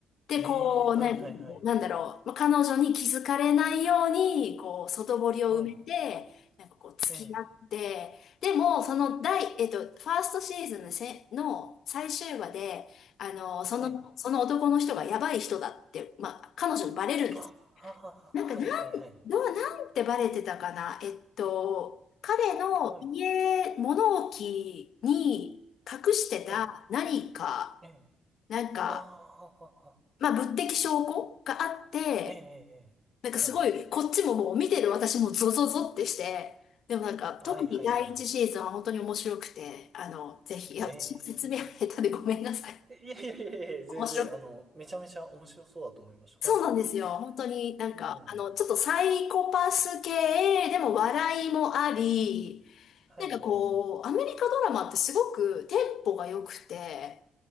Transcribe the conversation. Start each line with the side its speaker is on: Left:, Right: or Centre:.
Left: で、
Right: ええ。
Left: こう、
Right: ええはい、
Left: なんなんだろう、
Right: はい、はい。
Left: まあ、彼女に気づかれないように、こう、外堀を埋めて、
Right: はい。
Left: なんかこう、付き合って、
Right: ええ。
Left: でも、その第、えっと、ファーストシーズンのせ、の最終話で、あの、その、
Right: はい。
Left: その男の人がやばい人だって、まあ、彼女にバレるんです。
Right: あ、あはは、
Left: なんか、
Right: はい、
Left: なん、
Right: はい、はい。
Left: どう、なんてバレてたかな。えっと、彼の家、
Right: はい。
Left: 物置に隠してた何か、
Right: はい。ええ。
Left: なんか、
Right: ああ、ははは。
Left: まあ、物的証拠があって、
Right: ええ。ええはい。
Left: なんかすごい、こっちももう見てる私もゾゾゾってして、でもなんか、
Right: はい、
Left: 特に第一シーズンは本当に面白くて、
Right: はい、はい。
Left: あの、ぜひ、いや、
Right: ええ。
Left: 私も説明下手でごめんなさい。
Right: いやいやいやいや、全然、
Left: 面白く。
Right: あの、めちゃめちゃ面白そうだと思いました。本当に。
Left: そうなんですよ。本当になんか、
Right: うん。
Left: あの、ちょっとサイコパス系、でも笑いもあり、
Right: はい。はい、
Left: なんかこう、
Right: はい、はい。
Left: アメリカドラマってすごくテンポが良くて、